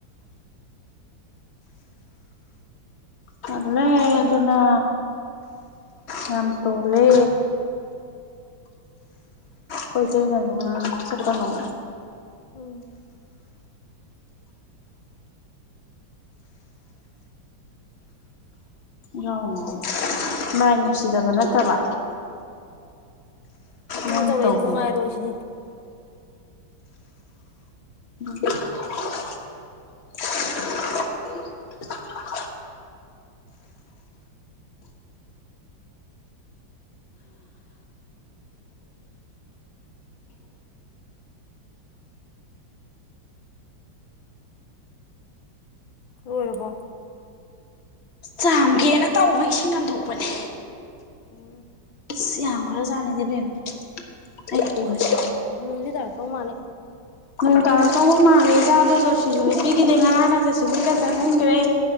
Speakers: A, on the left; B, on the left.
A: ꯇꯜꯂꯦ ꯑꯗꯨꯅ ꯌꯥꯝ ꯇꯣꯜꯂꯦ ꯈꯣꯏ ꯏꯇꯩꯅꯖꯨ ꯉꯥꯡꯉꯤ ꯆꯠꯀꯅꯣꯅ
B: ꯎꯝ
A: ꯌꯥꯎꯅꯣꯅ ꯂꯥꯏ ꯅꯨꯡꯁꯤꯗꯕ ꯅꯠꯇꯕ
B: ꯅꯣꯅ
A: ꯃꯣꯏꯅ
B: ꯇꯧꯔꯛꯏꯗꯣ
A: ꯇꯧꯔꯤ
B: ꯅꯨꯡꯉꯥꯏꯔꯣꯏ ꯁꯤꯅꯤ
A: ꯎꯝ꯫ <unintelligible>
B: ꯂꯣꯏꯔꯕꯣ
A: ꯆꯥꯝꯒꯦꯅ ꯇꯧꯕ ꯏꯁꯤꯡ ꯉꯟꯊꯣꯛꯄꯅꯦ
B: ꯎꯝ
A: ꯑꯁ ꯌꯥꯝ ꯈꯔ ꯖꯥꯟꯅꯤꯗ ꯏꯕꯦꯝꯃ ꯑꯩ ꯀꯣꯟꯁꯦ
B: ꯅꯣꯡꯁꯦ ꯇꯥꯔꯛꯇꯧ ꯃꯥꯜꯂꯦ
A: ꯅꯣꯡ ꯇꯥꯔꯛ ꯇꯧꯕ ꯃꯜꯂꯦ ꯏꯆꯥꯗꯣ ꯖꯔꯁꯤꯁꯨ ꯂꯤꯠꯄꯤꯒꯤꯗꯦ ꯉꯔꯥꯡꯅ ꯖꯔꯁꯤ ꯂꯤꯠꯂ ꯆꯠꯍꯟꯒ꯭ꯔꯦ